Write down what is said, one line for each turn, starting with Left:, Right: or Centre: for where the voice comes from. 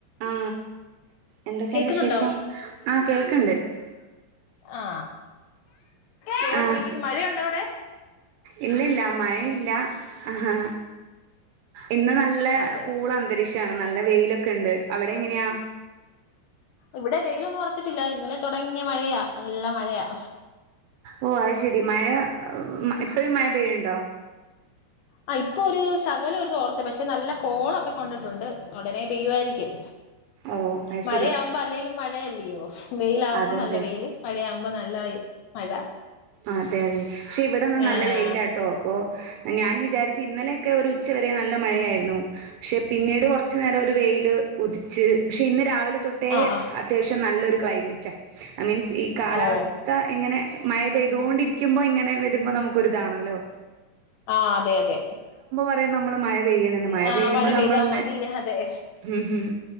Right: ആ എന്തൊക്കെണ്ട്
Left: കേക്കുന്നുണ്ടോ
Right: വിശേഷം ആ കേൾക്കണ്ട്
Left: ആ സുഖാട്ടിരിക്ക്ന്ന്
Right: ആഹ്
Left: മഴയുണ്ടോ അവ്ടെ
Right: ഇല്ല ഇല്ല മഴയില്ല അ ഹാ ഇന്ന് നല്ല
Left: അതെ
Right: കൂളന്തരീക്ഷാണ് നല്ല വെയിലൊക്കെണ്ട് അവ് എങ്ങനെയാ
Left: ഇവ്ടെ വെയിലൊന്നും ഒർച്ച്ട്ടില്ല ഇന്നലെ തൊടങ്ങിയ മഴയാ നല്ല മഴയാ
Right: ഓ അത്ശെരി മഴ ഇപ്പഴും മഴ പെയ്യ്ണ്ടോ
Left: ആ ഇപ്പൊ ഒര് ശകലം ഒരു തോർച്ച പക്ഷെ നല്ല കോളൊക്കെ കൊണ്ട്ട്ടുണ്ട് ഉടനെ പെയ്യുവായിരിക്കും
Right: ഓഹ് അത്
Left: മഴയാവുമ്പോ
Right: ശെരി
Left: അല്ലേലും മഴയല്ലിയോ വെയ്ലാക്മ്പോ
Right: അതെ
Left: നല്ല
Right: അതെ
Left: വെയ്ലും മഴയാക്മ്പോ നല്ല മഴ
Right: അതെ അതെ ക്ഷെ ഇവ്ടെന്നാ
Left: ആഹ്
Right: നല്ല വെയിലാട്ടോ പ്പൊ ഞാനും വിചാരിച്ച് ഇന്നലെയൊക്കെ ഒര് ഉച്ചവരെ നല്ല മഴയായ്ര്ന്നു പക്ഷെ പിന്നീട് കൊർച്ച് നേരൊര് വെയ്ല് ഉദിച്ച് പക്ഷെ ഇന്ന് രാവിലെ തൊട്ടേ
Left: ആഹ് ആഹ്
Right: അത്യാവശ്യം നല്ലൊര് ക്ലൈമറ്റാ അ മീൻസ് ഈ കാലാവസ്ഥ
Left: ഓ
Right: മയ പെയ്തോണ്ടിരിക്കുമ്പോ ഇങ്ങനെ വര്മ്പോ നമുക്കൊര്താണല്ലോ
Left: ആ അതെ അതെ
Right: പറയും നമ്മള് മഴ പെയ്യണെന്ന്
Left: ആ
Right: പെയ്യുമ്പോ
Left: മഴ പെയ്താ
Right: നമ്മളൊന്ന്
Left: മതി അതെ
Right: ഉം ഉം